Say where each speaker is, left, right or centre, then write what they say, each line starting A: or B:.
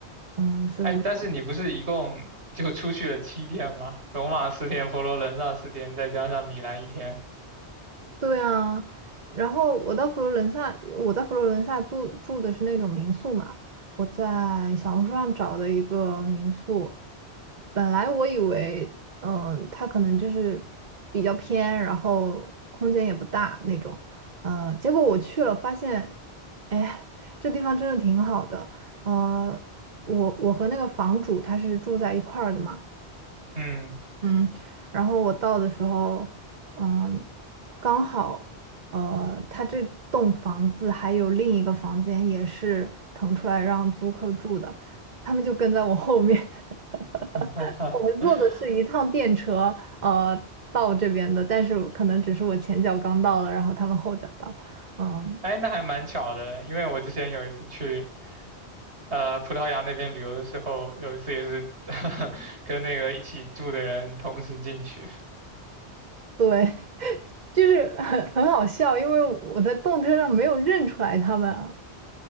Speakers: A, on the right; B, on the right.
A: 嗯，所以我
B: 哎，但是你不是一共就出去了七天吗？罗马四天，佛罗伦萨四天，再加上米兰一天。
A: 对啊，然后我到佛罗伦萨，我在佛罗伦萨住住的是那种民宿嘛，我在小红书上找的一个民宿，本来我以为，嗯、它可能就是比较偏，然后空间也不大那种，呃，结果我去了发现，哎，这地方真的挺好的，呃，我我和那个房主他是住在一块儿的嘛。
B: 嗯，
A: 嗯，然后我到的时候，嗯，刚好，呃，他这栋房子还有另一个房间也是腾出来让租客住的，他们就跟在我后面。<laughs>
B: <laughs> 哈哈哈，
A: 我们坐的是一趟电车，
B: <laughs>
A: 呃，到这边的，但是可能只是我前脚刚到了，然后他们后脚到。嗯，
B: 哎，那还蛮巧的，因为我之前有一次去。呃，葡萄牙那边旅游的时候，有一次也是 <laughs> 跟那个一起住的人同时进去
A: 对，就是很很好笑，因为我在动车上没有认出来他们啊。